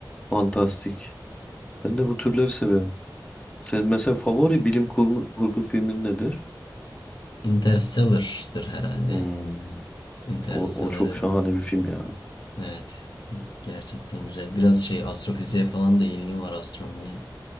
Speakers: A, on the left; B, on the left.
A: fantastik. Ben de bu türleri severim. Senin mesela favori bilim kurgu, kurgu filmin nedir?
B: Interstellar'dır herhalde.
A: Hmm,
B: Interstellar'ı
A: o, o çok şahane bir film ya.
B: evet gerçekten güzel. Biraz şey astrofiziğe falan da ilgim var astronomiye.